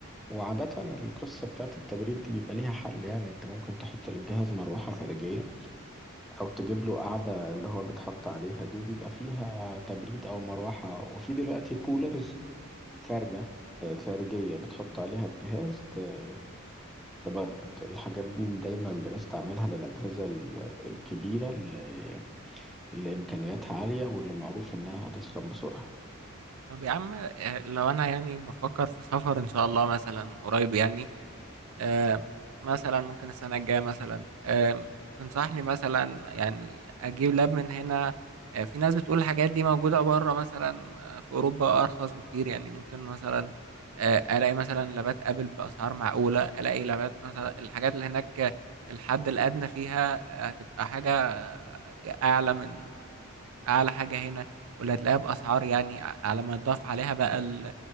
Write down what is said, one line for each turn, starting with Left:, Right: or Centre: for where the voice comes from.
Centre: وعادة القصة بتاعت التبريد دي بيبقى ليها حل يعني انت ممكن تحط للجهاز مروحة خارجية او تجيب له قاعدة اللي هو بيتحط عليها دي وبيبقى فيها تبريد او مروحة وفي دلوقتي كولرز خارجة آه، خارجية بتحط عليها الجهاز ت- تبرد الحاجات دي دايما بنستعملها للأجهزة ال- الكبيرة اللي اللي إمكانياتها عالية واللي معروف إنها هتسخن بسرعة
Right: طب يا عم آه، لو انا يعني بفكر في سفر ان شاء الله مثلا قريب يعني آم، مثلا ممكن السنة الجاية مثلا آم، تنصحني مثلا يعني أجيب لاب من هنا آه، في ناس بتقول الحاجات دي موجودة بره مثلا آه، في أوروبا أرخص بكتير يعني ممكن مثلا آه، ألاقي مثلا لابات أبل بأسعار معقولة ألاقي لابات مثلا الحاجات اللي هناك آه، الحد الأدنى فيها آه، هتبقى حاجة آه، أعلى من أعلى حاجة هنا واللي هتلاقيها بأسعار يعني على ما تضاف عليها بقى ال-